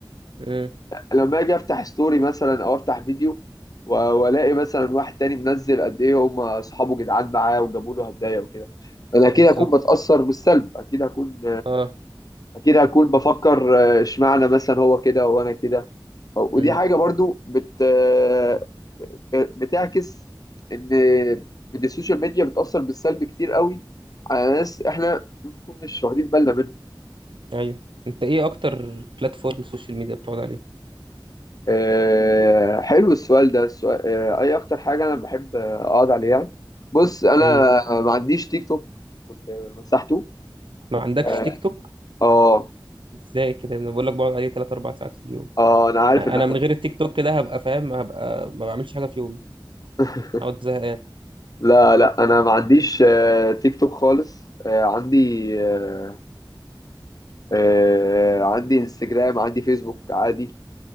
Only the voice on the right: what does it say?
أمم،
بالظبط
أه
أمم.
ايوه انت ايه اكتر بلاتفورم سوشيال ميديا بتقعد عليه
امم
ما عندكش
تيك توك
ازاي كده انا بقول لك بقعد عليه 3 4 ساعات في اليوم
يعني
انا من
غير التيك توك كده هبقى فاهم هبقى ما بعملش حاجه في يومي
اقعد زهقان